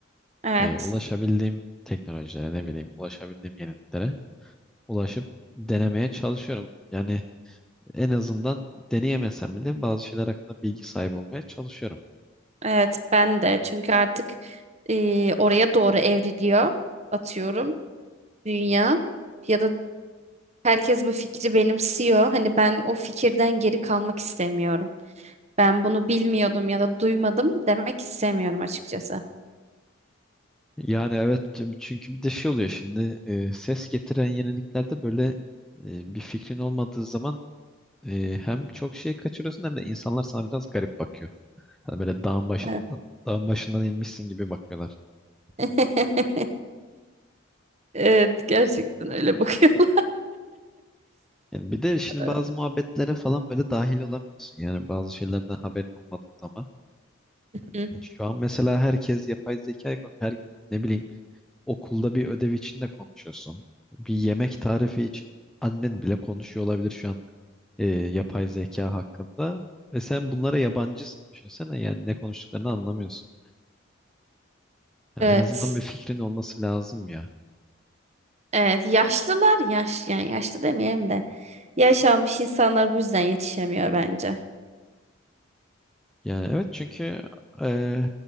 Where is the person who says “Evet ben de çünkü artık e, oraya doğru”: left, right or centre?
Right